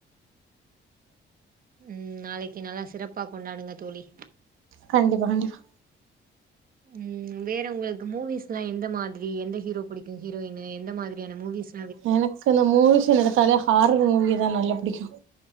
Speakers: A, on the right (about 45°); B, on the right (about 85°).
A: உம் நாளிக்கு நல்லா சிறப்பா கொண்டாடுங்க தோழி
B: கண்டிப்பா கண்டிப்பா
A: உம் வேற உங்களுக்கு மூவிஸ்லாம் எந்த மாதிரி எந்த ஹீரோ பிடிக்கும் ஹீரோயினி எந்த மாதிரியான மூவிஸ்
B: எனக்கு இந்த மூவிஸ்னு எடுத்தாலே ஹாரர் மூவிஸ்தா நல்லா புடிக்கும்